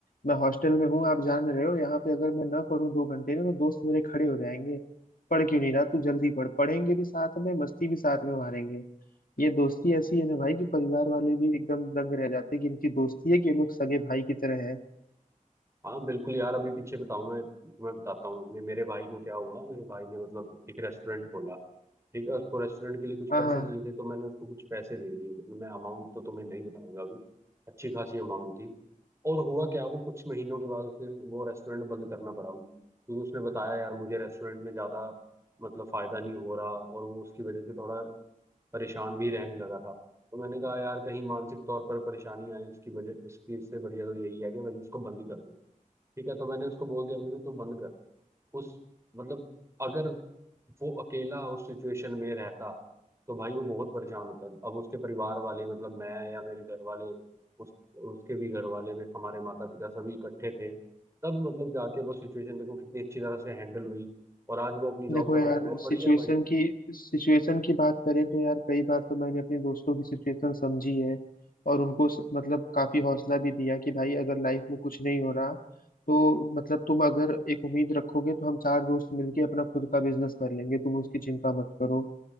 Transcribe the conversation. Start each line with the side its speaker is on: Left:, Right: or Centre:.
Left: मैं हॉस्टल में हूँ आप जान रहे हो यहाँ पे अगर मैं ना पढूं दो घंटे ना तो दोस्त मेरे खड़े हो जाएंगे पढ़ क्यों नहीं रहा तू जल्दी पढ़ पढ़ेंगे भी साथ में मस्ती भी साथ में मारेंगे ये दोस्ती ऐसी है ना भाई कि परिवार वाले भी एकदम दंग रह जाते हैं कि इनकी दोस्ती है कि ये लोग सगे भाई की तरह है
Right: हाँ बिल्कुल यार अभी पीछे बताऊँ मैं तुम्हें बताता हूँ मैं मेरे भाई को क्या हुआ मेरे भाई ने मतलब एक रेस्टोरेंट खोला ठीक है उसको रेस्टोरेंट के लिए कुछ
Left: हाँ
Right: पैसे
Left: हाँ
Right: चाहिए थे तो मैंने उसको कुछ पैसे दे दिए मतलब मैं अमाउंट तो तुम्हें नहीं बताऊंगा अभी अच्छी खासी अमाउंट थी और हुआ क्या वो कुछ महीनों के बाद उसे वो रेस्टोरेंट बंद करना पड़ा क्योंकि उसने बताया यार मुझे रेस्टोरेंट में ज़्यादा मतलब फ़ायदा नहीं हो रहा और वो उसकी वजह से थोड़ा परेशान भी रहने लगा था तो मैंने कहा यार कहीं मानसिक तौर पर परेशानी आए उसकी वजह उसकी इससे बढ़िया तो यही है कि भाई इसको बंद ही कर दो ठीक है तो मैंने उसको बोल दिया भाई तू बंद कर उस मतलब अगर वो अकेला उस सिचुएशन में रहता तो भाई वो बहुत परेशान होता अब उसके परिवार वाले मतलब मैं या मेरे घर वाले उस उसके भी घर वाले में हमारे माता पिता सभी इकट्ठे थे तब मतलब जाके वो सिचुएशन देखो कितनी अच्छी तरह से हैंडल हुई और आज वो अपनी जॉब
Left: देखो
Right: कर
Left: यार
Right: रहा है वो बढ़िया
Left: सिचुएशन
Right: है भाई
Left: की सिचुएशन की बात करें तो यार कई बार तो मैंने अपने दोस्तों की सिचुएशन समझी है और उनको स- मतलब काफी हौसला भी दिया कि भाई अगर लाइफ में कुछ नहीं हो रहा तो मतलब तुम अगर एक उम्मीद रखोगे तो हम चार दोस्त मिलके अपना खुद का बिजनेस कर लेंगे तुम उसकी चिंता मत करो